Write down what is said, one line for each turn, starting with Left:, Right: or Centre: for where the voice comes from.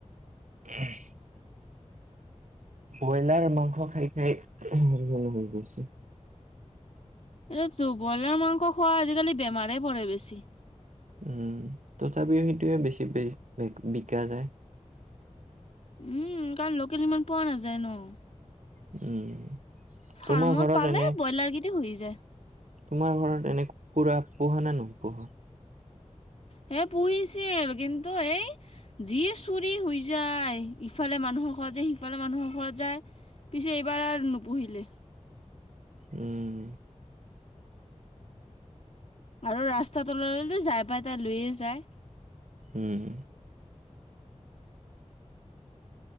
Right: উম ব্ৰইলাৰ মাংস খাই <unintelligible> হৈ গৈছে
Left: এইটো বইলাৰ মাংস খোৱা আজিকালি বেমাৰে পৰে বেছি
Right: উম তথাপিও সেইটোৱে বেছি বিকা যায়।
Left: উম কাৰণ লোকেল ইমান পোৱা নাযায় ন।
Right: উম।
Left: ফাৰ্মত
Right: তোমাৰ ঘৰত
Left: পালে
Right: এনে,
Left: ব্ৰইলাৰ কেইটা হৈ যায়
Right: তোমাৰ ঘৰত এনে কুকুৰা পোহা না নপোহা?
Left: হে পুহিছিল কিন্তু এই যি চুৰি হৈ যায় ইফালে মানুহৰ ঘৰত যায় সিফালে মানুহৰ ঘৰত যায় পিছে এইবাৰ আৰু নুপুহিলে।
Right: উম
Left: আৰু ৰাস্তা ওলালে যাই পাই তাই লৈয়ে যায়
Right: উম